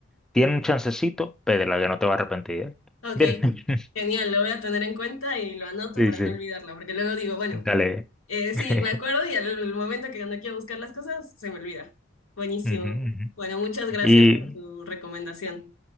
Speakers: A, in the centre; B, on the left (about 85°).
A: tiene un chancecito, pédela, que no te va a arrepentir, ¿eh?
B: ok,
A: Bien. <laughs>
B: genial, lo voy a tener en cuenta y lo anoto
A: Sí,
B: para
A: sí.
B: no olvidarla, porque luego digo, bueno,
A: Dale.
B: eh, sí,
A: <laughs>
B: me acuerdo y al, al momento que cuando quiero buscar las cosas, se me olvida. Buenísimo.
A: Ujú, ujú.
B: Bueno, muchas gracias
A: Y
B: por tu recomendación.